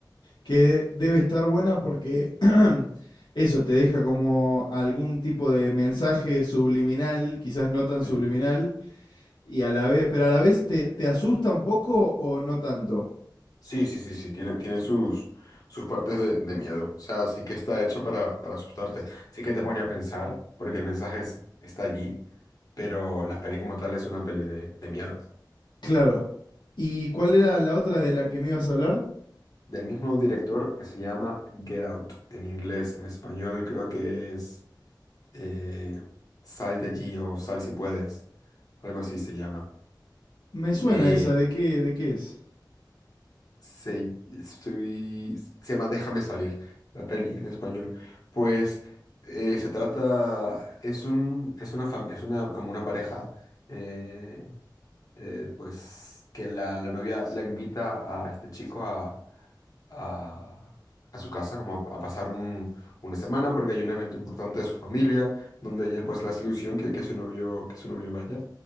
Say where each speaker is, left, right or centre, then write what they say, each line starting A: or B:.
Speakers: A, on the left (about 75°); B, on the left (about 50°).
A: que debe estar buena porque <clears throat> eso te deja como algún tipo de mensaje subliminal, quizás no tan
B: Sí,
A: subliminal, y a la vez, pero a la vez te, te asusta un poco o no tanto.
B: sí, sí, sí, sí, Tiene, tiene sus, sus partes de, de miedo. O sea, sí que está hecho para, para asustarte. Sí que te pone a pensar, porque el mensaje es- está allí, pero la peli como tal es una peli de, de miedo.
A: Claro. ¿Y cuál era la otra de la que me ibas a hablar?
B: Del mismo director que se llama Get Out. En inglés, en español creo que es... eh, sal de allí o sal si puedes, algo así se llama.
A: Me suena
B: Eh,
A: esa, ¿de qué, de qué es?
B: Se, estoy- se llama Déjame salir, la peli en español. Pues eh, se trata, es un, es una fam- es una, como una pareja, eh, eh, pues que la, la novia la invita a este chico a, a, a su casa, como a, a pasar un- una semana, porque hay un evento importante de su familia, donde ella pues la hace ilusión que, que su novio, que su novio vaya.